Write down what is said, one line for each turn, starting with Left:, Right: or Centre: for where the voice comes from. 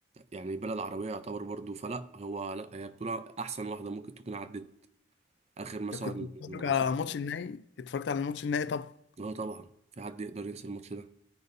Right: يعني بلد عربيه يعتبر برضو فلا هو لا هي بطوله احسن واحده ممكن تكون عدت اخر مثلا
Left: انت كنت بتتفرج
Right: 10
Left: على ماتش النهائي اتفرجت على الماتش النهائي طب
Right: اه طبعا في حد يقدر ينسى الماتش ده